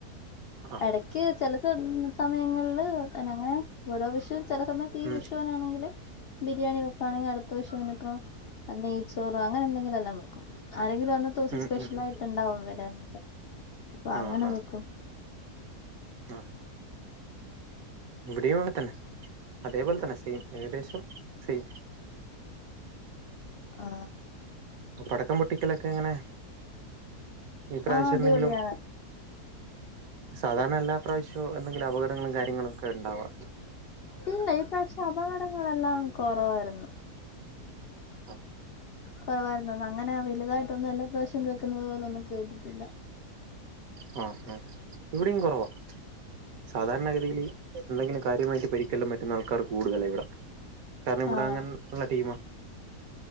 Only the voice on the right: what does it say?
ആ
ഉം
ഉം
ഉം ഉം
ആ
ആ
ആ ഇവിടെയും അങ്ങനെതന്നെ അതേപോലെ തന്നെ സെയിം, ഏകദേശം സെയിം.
പടക്കം പൊട്ടിക്കലൊക്കെ എങ്ങനെ? ഈ പ്രാവശ്യം
എന്തെങ്കിലും, സാധാരണ എല്ലാ പ്രാവശ്യം എന്തെങ്കിലും അപകടങ്ങളും കാര്യങ്ങളും ഒക്കെ ഇണ്ടാവാറുണ്ട്.
ആ
ആ ആ ഇവിടെയും കുറവാ. സാധാരണ ഗതിയില് എന്തെങ്കിലും കാര്യമായിട്ട് പരി ക്കെല്ലാം പറ്റുന്ന ആൾക്കാർ കൂടുതലാ ഇവിടെ, കാരണം ഇവിടെ
അങ്ങനെ ഉള്ള ടീമാ.